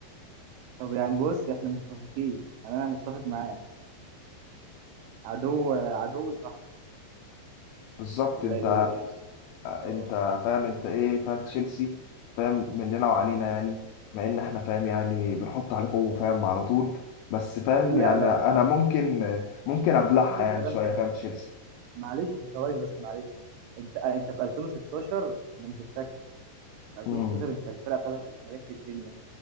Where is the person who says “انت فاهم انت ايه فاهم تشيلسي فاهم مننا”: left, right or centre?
Left